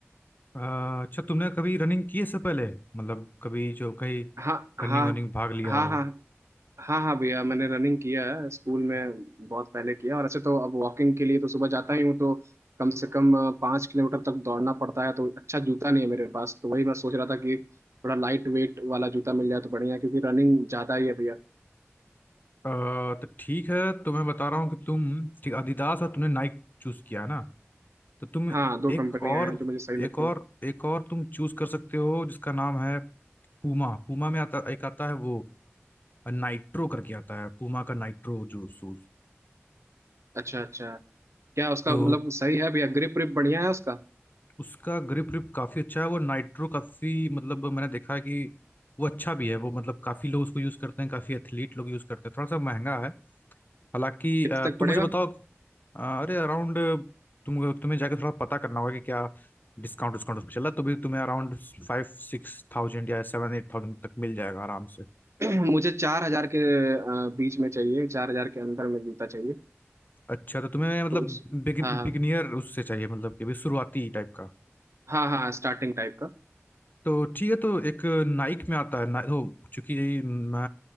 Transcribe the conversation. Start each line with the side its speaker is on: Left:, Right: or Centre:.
Left: अ, अच्छा तुमने कभी रनिंग की है इससे पहले मतलब कभी जो कहीं
Right: हाँ हाँ
Left: रनिंग वनिंग भाग लिया
Right: हाँ
Left: हो
Right: हाँ
Left: अ,
Right: हाँ हाँ भैया मैंने रनिंग किया है स्कूल में बहुत पहले किया और ऐसे तो अब वॉकिंग के लिए तो सुबह जाता ही हूँ तो कम से कम अ, पाँच किलोमीटर तक दौड़ना पड़ता है तो अच्छा जूता नहीं है मेरे पास तो वही मैं सोच रहा था कि थोड़ा लाइट वेट वाला जूता मिल जाए तो बढ़िया है, क्योंकि रनिंग ज़्यादा ही है भैया
Left: तो ठीक है तो मैं बता रहा हूँ कि तुम ठीक adidas और तुमने नाइक चूज किया है ना तो तुम
Right: हाँ दो कंपनियां
Left: एक और
Right: हैं जो मुझे सही लगती
Left: एक और
Right: हैं
Left: एक और तुम चूज कर सकते हो जिसका नाम है पूमा पूमा में आता एक आता है वो नाइट्रो करके आता है पूमा का नाइट्रो जो शूज
Right: अच्छा अच्छा क्या उसका
Left: तो
Right: मतलब सही है भैया ग्रिप ग्रिप बढ़िया है उसका
Left: उसका ग्रिप ग्रिप काफी अच्छा है वो नाइट्रो काफी मतलब मैंने देखा है कि वो अच्छा भी है वो मतलब काफी लोग उसको यूज करते हैं काफी एथलीट लोग यूज करते हैं थोड़ा सा महंगा है हालांकि
Right: कितने
Left: अ, तुम
Right: तक पड़ेगा
Left: मुझे बताओ अ, अरे अराउंड तुम तुम्हें जाके थोड़ा पता करना होगा कि क्या डिस्काउंट डिस्काउंट उस पर चला तो भी तुम्हें अराउंड फाइव सिक्स थाउजेंड या सेवन एट थाउजेंड तक मिल जाएगा आराम से
Right: <clears throat> मुझे चार हजार के अ, बीच में चाहिए चार हजार के अंदर में जूता चाहिए
Left: अच्छा तो तुम्हें मतलब
Right: तो उस हाँ
Left: बिगिनियर उससे चाहिए मतलब कि अभी शुरुआती टाइप का
Right: हाँ हाँ हाँ स्टार्टिंग टाइप का
Left: तो ठीक है तो एक नाइक में आता है ना तो चूंकि मैं